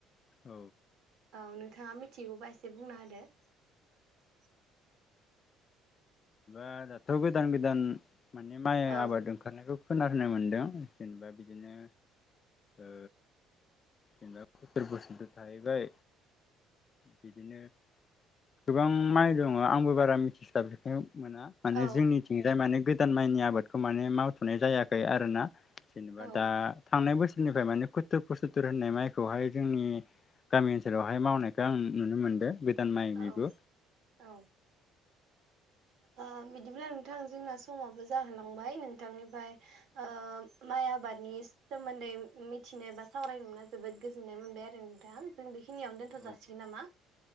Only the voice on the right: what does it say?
औ नोंथाङा मिथिगौबा एसे बुंना होदो ।
औ
औ
औ
औ औ औ ओ बिदिब्ला नोंथां जोंना स माबो जाहोलांबाय नोंथांनिफ्राय ओ माइ आबादनि सोमोन्दै मिथि मिथिनो बा सावरायनो मोनना जोबोद गोजोननाय मोनबाय आरो नोंथां जों बेखिनियावनो दोनथ'
जासिगोन नामा